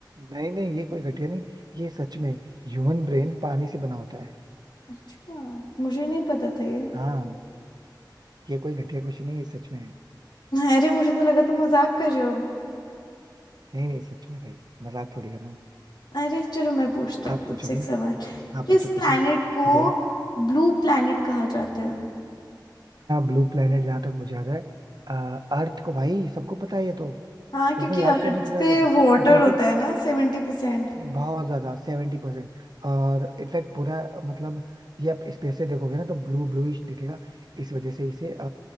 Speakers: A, on the right; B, on the left.
A: नहीं नहीं ये कोई घटिया नहीं ये सच में ह्यूमन ब्रेन पानी से बना होता है
B: अच्छा मुझे नहीं पता था ये
A: हाँ ये कोई घटिया क्वेश्चन नहीं ये सच में है
B: अरे मुझे तो लगा तुम मजाक कर रहे हो
A: नहीं नहीं सच में भाई मजाक थोड़ी कर रहा हूँ
B: अरे चलो मैं पूछती हूँ
A: आप
B: अब तुमसे
A: पूछो
B: एक
A: भाई
B: सवाल
A: आप
B: किस
A: पूछो पूछो
B: प्लैनेट को
A: ओके
B: ब्लू प्लैनेट कहा जाता है
A: ब्लू प्लेनेट जहां तक मुझे याद है अर्थ को भाई सबको पता है ये तो
B: हाँ क्योंकि
A: इसमें याद
B: अर्थ
A: करने की जरूरत
B: पे
A: है
B: वाटर
A: क्योंकि यहाँ
B: होता
A: पे
B: है ना सेवेंटी परसेंट
A: बहुत ज्यादा सेवेंटी परसेंट और इनफैक्ट पूरा मतलब ये आप स्पेस से देखोगे ना तो ब्लू ब्लूइश दिखेगा इस वजह से इसे अ,